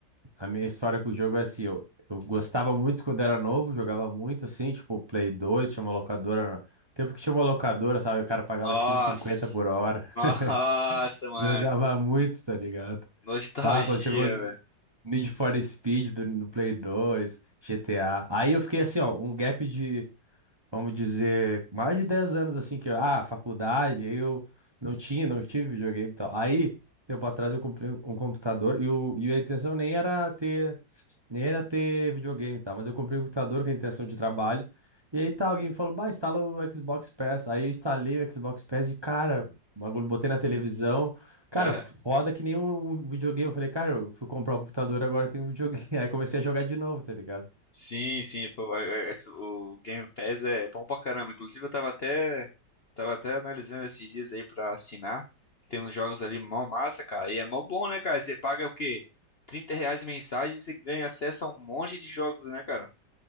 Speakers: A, on the right; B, on the left.
A: A minha história com o jogo é assim, eu, eu gostava muito quando era novo, jogava muito assim, tipo, Play 2, tinha uma locadora. Tempo que tinha uma locadora, sabe? O cara pagava
B: Nossa!
A: acho que uns 50 por hora.
B: Nossa,
A: <laughs>
B: mano.
A: Jogava muito, tá ligado?
B: Nostalgia,
A: Pá, quando chegou Need for Speed do, no Play 2, GTA. Aí eu fiquei assim, ó, um gap de, vamos dizer, mais de 10 anos assim, que, eu- ah, faculdade, aí eu não tinha, não tive videogame e tal. Aí, tempo atrás eu comprei um computador e, o, e a intenção nem era ter. Nem era ter videogame e tal, mas eu comprei um computador com a intenção de trabalho. E aí tá, alguém me falou, bah, instala o Xbox Pass. Aí eu instalei o Xbox Pass e, cara, o bagulho, botei na televisão. Cara,
B: velho.
A: f- roda que nem um um videogame. Eu falei, cara, eu fui comprar o computador, agora tem um videogame. <laughs> Aí comecei a jogar de novo, tá ligado?
B: Sim, sim, pô, é- é- é- o Game Pass é bom pra caramba. Inclusive, eu tava até, tava até analisando esses dias aí pra assinar. Tem uns jogos ali mó massa, cara. E é mó bom, né, cara? Você paga o quê? trinta reais mensagem e você ganha acesso a um monte de jogos, né, cara?